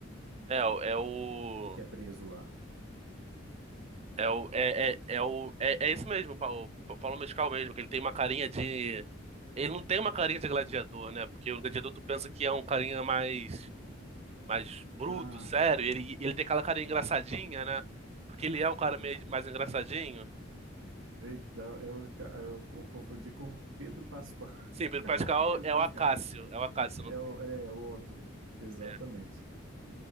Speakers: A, on the right; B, on the right.
A: É, o- é o.
B: O que é preso lá.
A: É o. É, é, é o. É, é isso mesmo, o Paulo, o Paulo Mescal mesmo, que ele tem uma carinha de. Ele não tem uma carinha de gladiador, né? Porque o gladiador tu pensa que é um carinha mais mais bruto,
B: Ah,
A: sério. Ele, ele tem aquela cara engraçadinha, né? Porque ele é um cara meio mais engraçadinho.
B: então, eu, ca- eu confundi com Pedro Pascoal.
A: Sim, Pedro Pascal
B: <laughs> Pedro
A: é
B: Pascal
A: o Acácio. É o Acácio
B: é
A: no filme.
B: o, é é o outro, exatamente.
A: É.